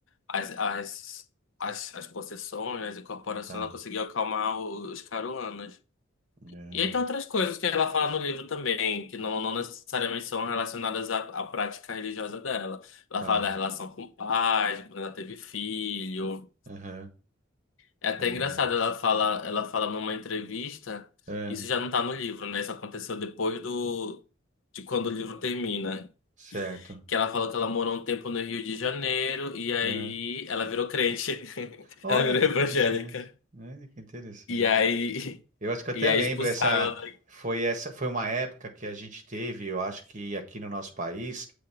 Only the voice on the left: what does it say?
as, as, as, as possessões, as incorporações,
ela conseguiu acalmar o- os caruanas.
E aí tem outras coisas que ela fala no livro também, que não, não necessariamente são relacionadas à, à prática religiosa dela. Ela
fala da relação com o pai, de quando ela teve filho.
É até
engraçado, ela fala, ela fala numa entrevista,
isso já não tá no livro, né? Isso aconteceu depois do de quando o livro termina,
que ela falou que ela morou um tempo no Rio de Janeiro e aí
ela virou crente. <laughs>
Ela virou
evangélica.
E aí
e aí
expulsaram
ela daqui.